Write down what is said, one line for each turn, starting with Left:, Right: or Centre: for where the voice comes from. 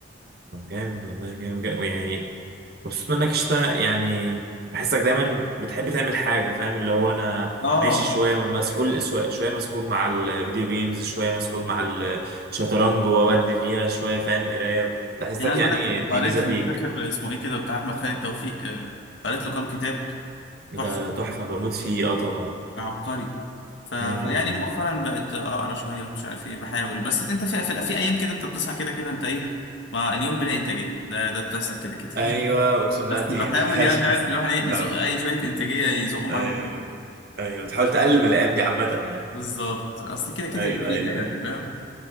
Right: طب جامد والله جامد جامد يعني مبسوط منك اشتا يعني بحسك دايما بتحب تعمل حاجه فاهم اللي هو انا
Left: اه
Right: ماشي شويه مسحول شويه شوية مسحول مع الفيديو جيمز شويه مسحول مع الشطرنج واودي فيها شويه فاهم قرايه بحسك
Left: يعني عايز
Right: يعني
Left: اقول لك
Right: دي
Left: قريت
Right: ميزه فيك
Left: مش فاكر اسمه ايه كده بتاع احمد خالد توفيق آه، قريت له كام كتاب
Right: ده
Left: تحفه
Right: تحفه بموت فيه اه طبعا
Left: عبقري ف... فيعني
Right: امم
Left: مؤخرا بقت اقرا شويه ومش عارف ايه بحاول بس انت في في, في ايام كده انت بتصحى كده كده انت ايه ما اليوم بلا انتاجيه ده ده بتحصل كده كده <laughs>
Right: ايوه اقسم بالله
Left: بس
Right: دي
Left: بحاول
Right: دي ايوه
Left: يعني عارف اللي هو احنا ايه نزق
Right: طبعا
Left: اي شويه انتاجيه يزقوا
Right: <laughs>
Left: معانا
Right: ايوه
Left: اليوم
Right: ايوه تحاول تقلل من الايام دي عامه يعني
Left: بالظبط اصل كده كده
Right: ايوه
Left: يبقى فيها
Right: ايوه
Left: يعني
Right: ايوه
Left: فاهم